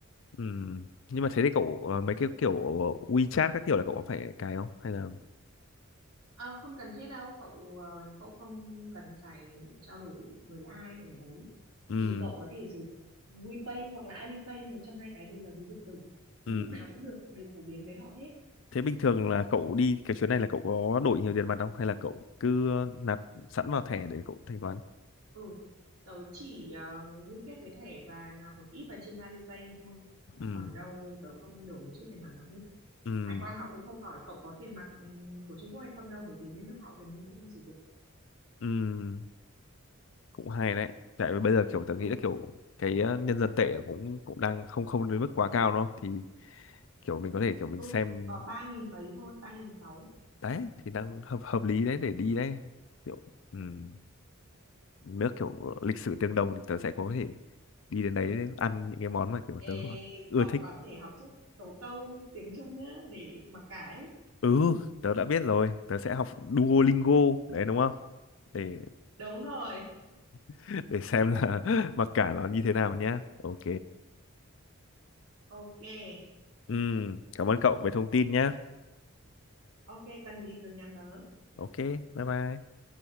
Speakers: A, on the left; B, on the right.
A: ừm, nhưng mà thế thì cậu ờ, mấy cái kiểu WeChat các kiểu là cậu có phải cài không? Hay là
B: Ờ, không cần thiết đâu cậu ờ, nếu cậu không cần phải trao đổi với ai ở đấy
A: ừm,
B: thì cậu có thể sử dụng WePay hoặc là Alipay một trong hai cái đều là ví điện tử hình
A: ừm.
B: thức nào cũng được đều phổ biến với họ hết
A: Thế bình thường là cậu đi cái chuyến này là cậu có đổi nhiều tiền mặt không? Hay là cậu cứ nạp sẵn vào thẻ để cậu thanh toán?
B: Ừ, tớ chỉ ờ, liên kết với thẻ và nạp một ít vào trên Alipay thôi.
A: Ừm,
B: Còn đâu tớ không đổ một chút tiền mặt nào hết.
A: ừm,
B: Hải quan họ cũng không hỏi cậu có tiền mặt ừm, của Trung Quốc hay không đâu bởi vì bên nước họ gần như cũng không sử dụng.
A: ừm. Cũng hay đấy. Tại vì bây giờ kiểu tớ
B: Ừ,
A: nghĩ là kiểu cái ờ, nhân dân tệ cũng cũng đang không không đến mức quá cao đúng không? Thì kiểu mình có thể kiểu mình
B: ừ,
A: xem
B: có 3.000 mấy thôi, 3.600.
A: đấy thì đang hợp hợp lý đấy để đi đấy kiểu ừm, nước kiểu lịch sử tương đồng thì tớ sẽ có thể đi đến đấy ăn những cái món mà kiểu
B: Ê,
A: tớ ưa
B: cậu
A: thích
B: có thể học trước một số câu tiếng Trung nhá để mặc cái.
A: ừ tớ đã biết rồi tớ sẽ học Duolingo đấy đúng không để
B: Đúng rồi,
A: <laughs> để xem là <laughs> mặc cả nó như thế nào nhá ok
B: ok.
A: Ừm, cảm ơn cậu về thông tin nhá
B: Ok, cần gì cứ nhắn tớ.
A: ok bye bye